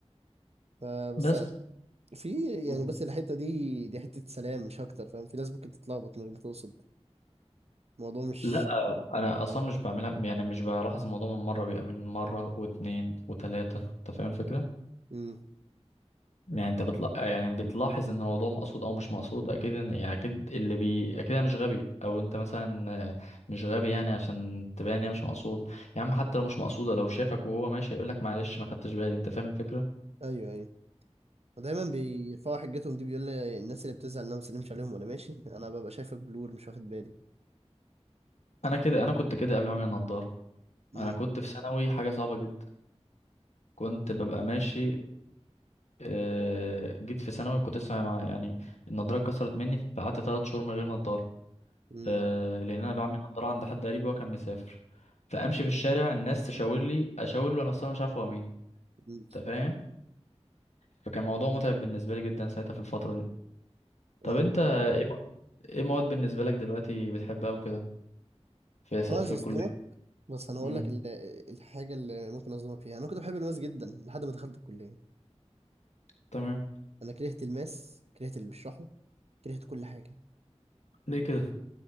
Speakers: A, on the right; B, on the left.
A: فبس
B: بس
A: في
B: مم.
A: يعني بس الحته دي دي حته سلام مش اكتر فاهم في ناس ممكن تتلخبط من غير ما تقصد الموضوع مش
B: لا انا اصلا مش بعملها يعني مش بلاحظ الموضوع من مره بيبقى من مره واتنين وتلاته انت فاهم الفكره
A: مم.
B: يعني انت بتلا... يعني بتلاحظ ان الموضوع مقصود او مش مقصود اكيد ان... يعني اكيد اللي بي اكيد انا مش غبي او انت مثلا آه، مش غبي يعني عشان تبان ان هي مش مقصود يا عم حتى لو مش مقصوده لو شافك وهو ماشي هيقول لك معلش ما خدتش بالي انت فاهم الفكره
A: ايوه ايوه ودايما بيرفعوا حجتهم دي بيقول لي الناس اللي بتزعل ان انا ما بسلمش عليهم وانا ماشي انا ببقى شايفك بلور مش واخد بالي
B: انا كده انا كنت كده قبل ما اعمل النضاره
A: مم.
B: انا كنت في ثانوي حاجه صعبه جدا كنت ببقى ماشي آه، جيت في ثانوي كنت لسه مع يعني النضاره اتكسرت مني فقعدت ثلاث شهور من غير نضاره
A: مم.
B: آه، لان انا بعمل نضاره عند حد قريب وهو كان مسافر فامشي في الشارع الناس تشاور لي اشاور له انا اصلا مش عارف هو مين
A: مم.
B: انت فاهم فكان موضوع متعب بالنسبه لي جدا ساعتها في الفتره دي طب
A: الموضوع
B: انت ايه
A: صعب
B: م- إيه مواد بالنسبه لك دلوقتي بتحبها وكده في س-
A: انا
B: في
A: عايز اصدمك
B: الكليه
A: بس انا هقول
B: امم
A: لك ال- الحاجه اللي ممكن اصدمك فيها انا كنت بحب الماس جدا لحد ما دخلت الكليه
B: تمام
A: انا كرهت الماس كرهت اللي بيشرحه كرهت كل حاجه
B: ليه كده